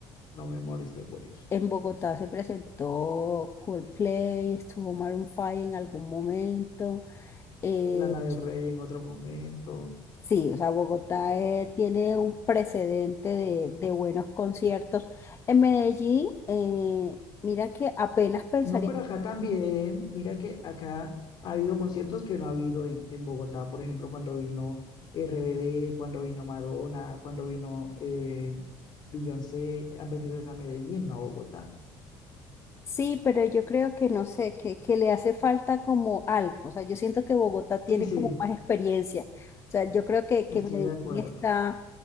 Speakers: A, on the left; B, on the left.
A: no me molesté por ir.
B: En Bogotá se presentó Coldplay, estuvo Maroon 5 en algún momento. Eh,
A: Lana del Rey en otro momento.
B: Sí, o sea, Bogotá eh, tiene un precedente de, de buenos conciertos. En Medellín, eh, mira que apenas pensaría,
A: No, pero acá también, mira que acá ha habido conciertos que no ha habido en, en Bogotá, por ejemplo, cuando vino RBD, cuando vino Madonna, cuando vino eh, Beyoncé, han venido es a Medellín, no a Bogotá.
B: sí, pero yo creo que no sé, que, que le hace falta como algo. O sea, yo siento que Bogotá tiene
A: Sí, sí,
B: como más experiencia. O sea, yo creo que,
A: estoy
B: que Medellín
A: de acuerdo.
B: está